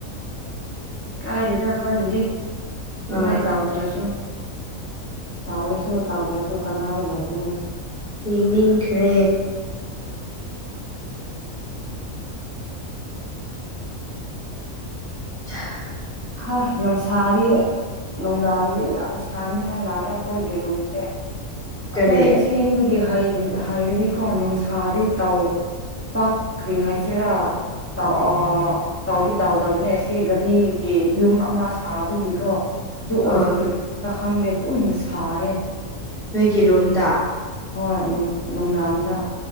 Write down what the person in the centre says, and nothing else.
ꯍꯣꯏ
ꯌꯦꯡꯅꯤꯡꯈ꯭ꯔꯦ꯫ <unintelligible>
ꯀꯔꯤ
ꯑꯣ
ꯅꯣꯏꯒꯤ ꯔꯨꯝꯗ